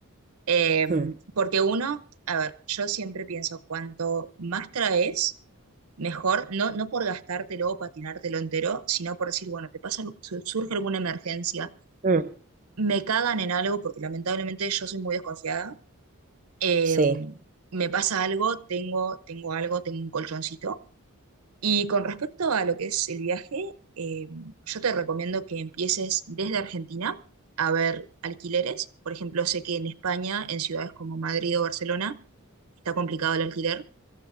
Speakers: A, on the right (about 85°); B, on the right (about 35°).
A: Eh,
B: mm,
A: porque uno, a ver, yo siempre pienso, cuanto más traes, mejor, no, no por gastártelo o patinártelo entero, sino por decir, bueno, te pasa, algo- su- surge alguna emergencia,
B: mm.
A: me cagan en algo, porque lamentablemente yo soy muy desconfiada, eh,
B: Sí,
A: me pasa algo, tengo, tengo algo, tengo un colchoncito. Y con respecto a lo que es el viaje, eh, yo te recomiendo que empieces desde Argentina a ver alquileres. Por ejemplo, sé que en España, en ciudades como Madrid o Barcelona, está complicado el alquiler.